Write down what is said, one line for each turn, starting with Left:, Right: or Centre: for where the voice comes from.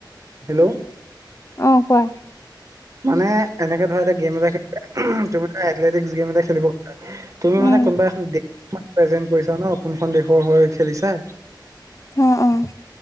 Right: হেল্ল'
Left: অঁ কোৱা?
Right: মানে এনেকে ধৰা এয়া গেম এটা খেল- তুমি এলতেটিক গেম এটা খেলিব পাৰা তুমি
Left: উম
Right: মানে কোনোবা এখনে প্ৰেজেন্ট কৰিছা ন'। কোনখন দেশৰ হৈ খেলিছা।
Left: অঁহ অঁহ।